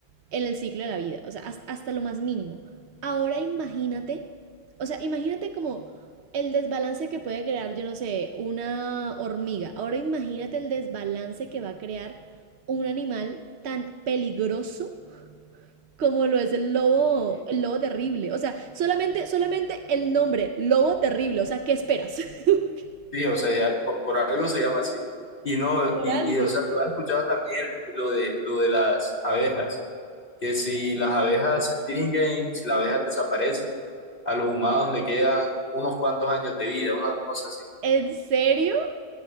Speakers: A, on the right; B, on the left.
A: en el ciclo de la vida, o sea, hasta, lo más mínimo. Ahora imagínate, o sea, imagínate como el desbalance que puede crear, yo no sé, una hormiga. Ahora imagínate el desbalance que va a crear un animal tan peligroso como lo es el lobo,
B: Y,
A: el lobo terrible. O sea, solamente, solamente el nombre, lobo terrible. O sea, ¿qué esperas? <laughs>
B: sí, o sea, ya, por, por algo se llama así. Y no,
A: Por
B: y,
A: algo.
B: y o sea, tú has escuchado también el- lo de, lo de las abejas. que si las abejas se extinguen, si las abejas desaparecen, a los humanos le quedan unos cuantos años de vida, una cosa así.
A: ¿En serio?